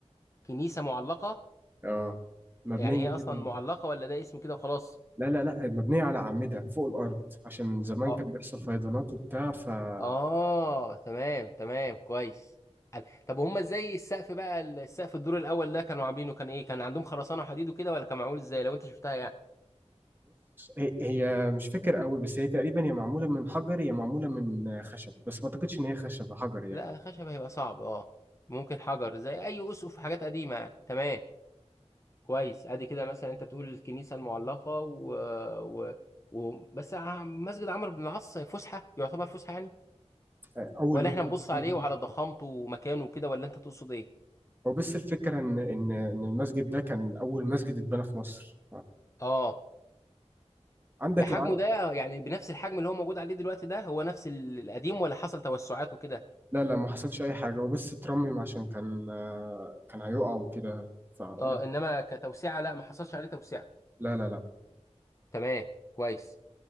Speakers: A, on the left; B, on the right.
A: كنيسة معلقة
B: اه مبنية
A: يعني هي أصلا
B: كده
A: معلقة ولا ده اسم كده وخلاص
B: لا لا لا مبنية على أعمدة فوق الأرض عشان زمان
A: أه
B: كان بيحصل فيضانات وبتاع فبص
A: آه تمام تمام كويس قال- طب هما ازاي السقف بقى السقف الدور الاول ده كانوا عاملينه كان ايه كان عندهم خرسانه وحديد وكده ولا كان معمول ازاي لو انت شفتها يعني
B: هي, هي مش فاكر قوي بس هي تقريبا يا معمولة من حجر يا معمولة من آه، خشب بس ما أعتقدش إن هي خشب حجر يعني
A: لا خشب هيبقى صعب اه ممكن حجر زي اي اسقف حاجات قديمه يعني تمام كويس ادي كده مثلا انت بتقول الكنيسه المعلقه و... و... و... بس ع- مسجد عمرو بن العاص فسحه يعتبر فسحه يعني
B: أول
A: ولا
B: مسجد
A: احنا نبص عليه
B: اتبنى في
A: وعلى
B: مصر
A: ضخامته ومكانه وكده ولا انت تقصد ايه
B: هو بس الفكرة إن إن إن المسجد ده كان أول مسجد اتبنى في مصر
A: اه
B: فعندك
A: بحجمه
B: لو
A: ده يعني بنفس الحجم اللي هو موجود عليه دلوقتي ده هو نفس ال- القديم ولا حصل توسعات وكده
B: لا لا ما حصلش اي حاجه هو بس اترمم عشان كان آه، كان هيقع وكده فقرب
A: اه انما كتوسعه لا ما حصلش عليه توسعه
B: لا لا لا
A: تمام كويس